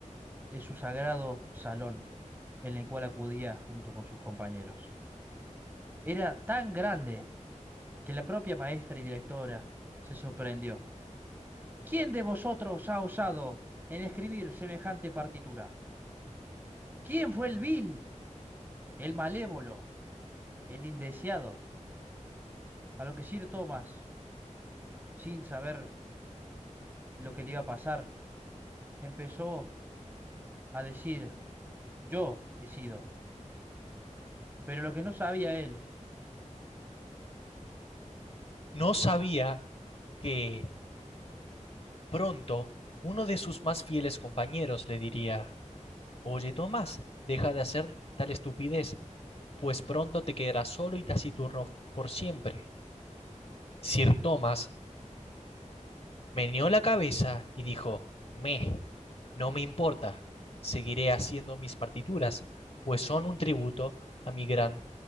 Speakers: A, on the right (about 15°); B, on the left (about 50°).
A: de su sagrado salón, en el cual acudía junto con sus compañeros. Era tan grande que la propia maestra y directora se sorprendió. ¿Quién de vosotros ha osado en escribir semejante partitura? ¿Quién fue el vil, el malévolo, el indeseado? A lo que Sir Thomas, sin saber lo que le iba a pasar, empezó a decir, yo he sido. Pero lo que no sabía él,
B: No sabía que pronto uno de sus más fieles compañeros le diría, Oye, Tomás, deja de hacer tal estupidez, pues pronto te quedarás solo y taciturno por siempre. Sir Thomas Meneó la cabeza y dijo, Meh, no me importa, seguiré haciendo mis partituras, pues son un tributo a mi gran